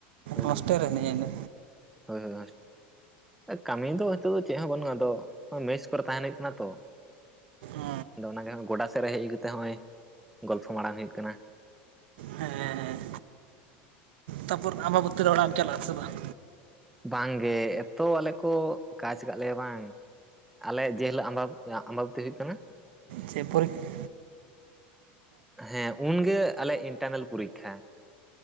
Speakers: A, in the centre; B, on the right.
A: ᱳ
B: ᱦᱚᱥᱴᱮᱞ ᱨᱮ ᱦᱤᱱᱟ. ᱧ ᱟ ᱤᱱᱟᱹ
A: ᱦᱳᱭ ᱦᱳᱭ ᱠᱟᱹᱢᱤ ᱫᱚ ᱱᱤᱛᱳᱜ ᱫᱚ ᱪᱮᱫ ᱦᱚᱸ ᱵᱟᱹᱱᱩᱜᱼᱟ ᱟᱫᱚ ᱢᱮᱥ ᱠᱚᱨᱮ ᱛᱟᱦᱮᱱ ᱦᱩᱭᱩᱜ ᱠᱟᱱᱟ ᱛᱚ
B: ᱚ
A: ᱟᱫᱚ ᱚᱱᱟᱜᱮ ᱜᱚᱰᱟ ᱥᱮᱫ ᱨᱮ ᱦᱮᱡ ᱠᱟᱛᱮᱜ ᱱᱚᱜᱼᱚᱭ ᱜᱚᱞᱯᱷᱚ ᱢᱟᱲᱟᱝ ᱦᱩᱭᱩᱜ ᱠᱟᱱᱟ
B: ᱦᱮᱸ ᱦᱮᱸ ᱛᱟᱨᱯᱚᱨ ᱟᱢᱵᱟᱵᱚᱛᱤ ᱨᱮ ᱚᱲᱟᱜ ᱮᱢ ᱪᱟᱞᱟᱜᱼᱟ ᱥᱮ ᱵᱟᱝ
A: ᱵᱟᱝᱜᱮ ᱮᱛᱚ ᱟᱞᱮ ᱠᱚ ᱠᱟᱡᱽ ᱠᱟᱜ ᱞᱮᱭᱟ ᱵᱟᱝ ᱟᱞᱮ ᱡᱮ ᱦᱤᱞᱳᱜ ᱟᱢᱵᱟ ᱟᱢᱵᱟᱵᱚᱛᱤ ᱦᱩᱭᱩᱜ ᱠᱟᱱᱟ
B: ᱪᱮ ᱯᱚᱨᱤᱠᱷᱟ
A: ᱦᱮᱸ ᱩᱱᱜᱮ ᱟᱞᱮ ᱤᱱᱴᱟᱨᱱᱮᱞ ᱯᱚᱨᱤᱠᱷᱟ